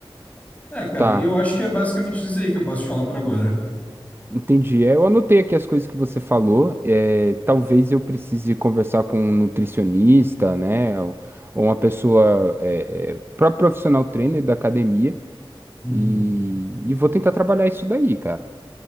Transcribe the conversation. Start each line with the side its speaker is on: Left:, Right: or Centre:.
Left: É, cara,
Right: Tá.
Left: e eu acho que é basicamente isso aí que eu posso te falar por agora.
Right: Entendi. É, Eu anotei aqui as coisas que você falou. É, talvez eu precise conversar com um nutricionista, né? Ou, ou uma pessoa, é, é, o próprio profissional trainer da academia.
Left: Uhum.
Right: E, e vou tentar trabalhar isso daí, cara.